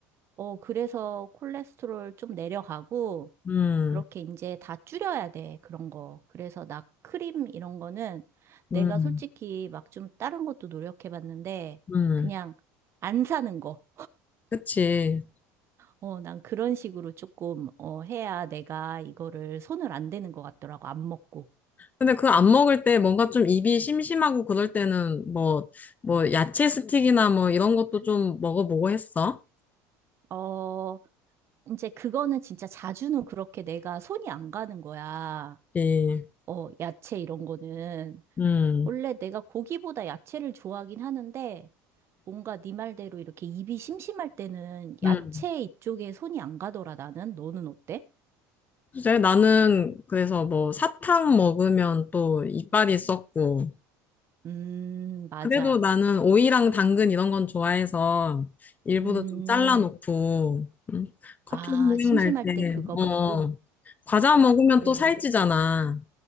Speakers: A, on the right; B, on the left.
A: 어, 그래서 콜레스테롤 좀 내려가고,
B: 음,
A: 그렇게 이제 다 줄여야 돼, 그런 거. 그래서 나 크림 이런 거는 내가
B: 음,
A: 솔직히 막 좀 다른 것도 노력해봤는데,
B: 음.
A: 그냥 안 사는 거.
B: 그치.
A: 어, 난 그런 식으로 조금, 어, 해야 내가 이거를 손을 안 대는 것 같더라고, 안 먹고.
B: 근데 그거 안 먹을 때 뭔가 좀 입이 심심하고 그럴 때는 뭐, 뭐, 야채 스틱이나 뭐 이런 것도 좀 먹어보고 했어.
A: 어, 이제 그거는 진짜 자주는 그렇게 내가 손이 안 가는 거야.
B: 예.
A: 어, 야채 이런 거는.
B: 음,
A: 원래 내가 고기보다 야채를 좋아하긴 하는데 뭔가 네 말대로 이렇게 입이 심심할 때는 야채
B: 음.
A: 이쪽에 손이 안 가더라, 나는. 너는 어때?
B: 글쎄, 나는 그래서 뭐 사탕 먹으면 또 이빨이 썩고,
A: 음, 맞아.
B: 그래도 나는 오이랑 당근 이런 건 좋아해서 일부러
A: 음,
B: 좀 잘라놓고 음, 커피
A: 아,
B: 생각날
A: 심심할
B: 때,
A: 때 그거 먹고?
B: 어, 과자 먹으면
A: 그래.
B: 또 살찌잖아.